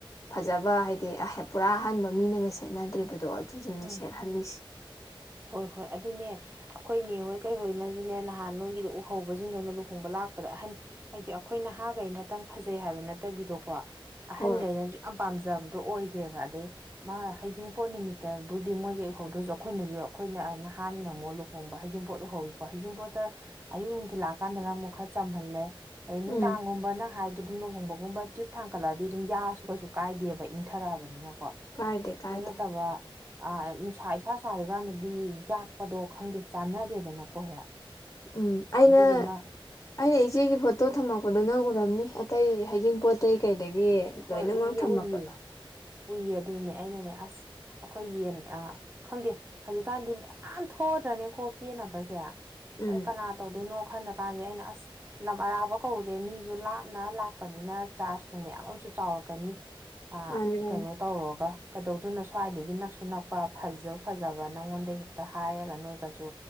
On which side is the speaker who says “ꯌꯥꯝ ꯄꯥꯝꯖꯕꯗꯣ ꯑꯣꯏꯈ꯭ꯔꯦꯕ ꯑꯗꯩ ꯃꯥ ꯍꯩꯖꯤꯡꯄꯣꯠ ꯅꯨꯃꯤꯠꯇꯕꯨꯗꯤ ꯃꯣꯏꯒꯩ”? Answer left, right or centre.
Right